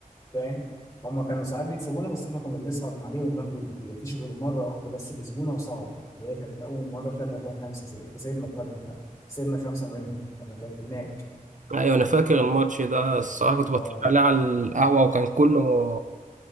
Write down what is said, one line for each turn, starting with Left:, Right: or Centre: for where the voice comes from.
Left: فاهم هم كانوا ساعات بيكسبونا بس احنا كنا بنصعد من عليهم وناخد البطوله مفيش غير مره واحده بس كسبونا وصعد اللي هي كانت اول مره خدنا فيها خمسه ست كسبنا خدنا خسرنا خمسه منهم لما كانت هناك
Right: ايوه انا فاكر الماتش ده الصراحه كنت
Left: اه
Right: بتفرج عليه على القهوه وكان كله